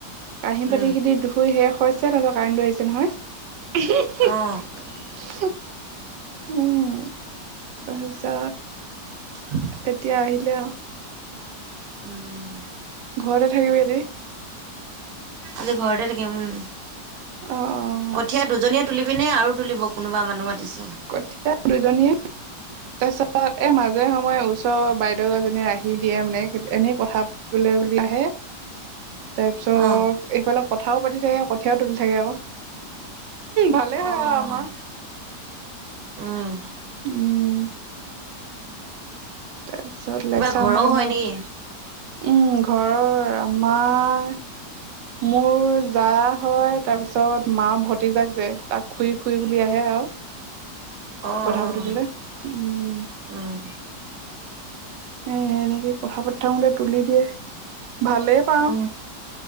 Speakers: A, on the right (about 85°); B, on the right (about 65°).
A: কাহি
B: উম,
A: বালিখিনি ধুই শুই শেষ হৈছে তাৰপিছত কাৰেণ্টো আহিছে নহয় উম হি হি।
B: অ'
A: উম তাৰপিছত
B: <unintelligible>
A: এতিয়া আহিলে আও।
B: উম উম।
A: ঘৰতে থাকিবি আজি?
B: আজি ঘৰতে থাকিম উম।
A: অ - অ।
B: কঠীয়া দুজনীয়ে তুলিবি নে আৰু তুলিব কোনোবা মানুহ মাতিছ?
A: কঠীয়া দুজনীয়ে তাৰপিছত এ মাজে সময়ে ওচ বাইদেউ এজনীয়ে আহি দিয়ে মানে এনেই কথা বোলে বোলি আহে। তাৰপিছ
B: অ।
A: এইফালে কথাও পাতি থাকে কঠীয়াও তুলি থাকে আক ভালে হয়
B: অ',
A: আৰু আমা৷
B: উম।
A: উম তাৰপিছত
B: কিবা
A: লেকচা
B: ঘৰও
A: মায়ি
B: হয়
A: মায়ি উম
B: নেকি?
A: ঘৰৰ আমাৰ। মোৰ জা হয় তাৰপিছত মা ভতিজাক যে তাক খুই খুই বুলি আহে আও।
B: অ',
A: কথা
B: অ',
A: পাতিবলে উম।
B: উম,
A: এ এনেকে কথা পাতি থাকোঙতে তুলি দিয়ে। ভালেই পাওঁ
B: অ।